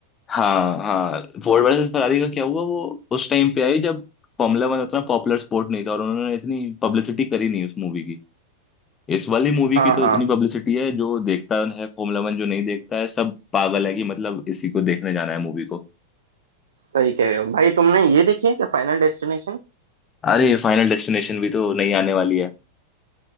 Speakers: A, on the left; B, on the right.
A: हाँ हाँ फोर्ड वर्सेस फरारी का क्या हुआ वो उस टाइम पे आई जब फॉर्मूला वन उतना पॉपुलर स्पोर्ट नहीं था और उन्होंने इतनी पब्लिसिटी करी नहीं उस मूवी की इस वाली मूवी
B: हाँ
A: की तो
B: हाँ
A: इतनी पब्लिसिटी है जो देखता है फॉर्मूला वन जो नहीं देखता है सब पागल है कि मतलब इसी को देखने जाना है मूवी को
B: सही कह रहे हो भाई तुमने ये देखी है क्या फाइनल डेस्टिनेशन
A: अरे फाइनल डेस्टिनेशन भी तो नहीं आने वाली है